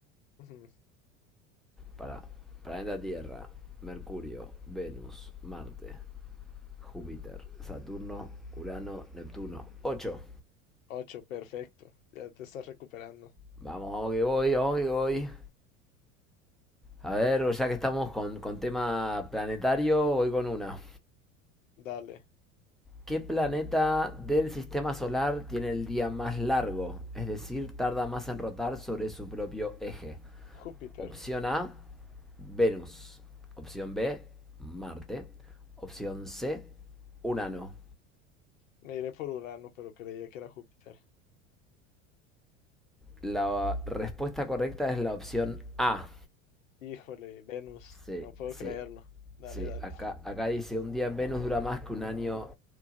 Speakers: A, on the left (about 75°); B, in the centre.
A: Ujú,
B: Para planeta Tierra, Mercurio, Venus, Marte, Júpiter, Saturno, Urano, Neptuno. 8.
A: 8, perfecto, ya te estás recuperando.
B: Vamos, vamos que voy, vamos que voy. A ver, ya que estamos con, con tema planetario, voy con una.
A: Dale,
B: ¿Qué planeta del sistema solar tiene el día más largo? Es decir, tarda más en rotar sobre su propio eje.
A: Júpiter.
B: Opción A, Venus. Opción B, Marte. Opción C, Urano.
A: Me iré por Urano, pero creía que era Júpiter.
B: La respuesta correcta es la opción A.
A: Híjole, Venus,
B: Sí,
A: no puedo
B: Sí,
A: creerlo. Dale,
B: sí.
A: dale.
B: Acá, acá dice, un día en Venus dura más que un año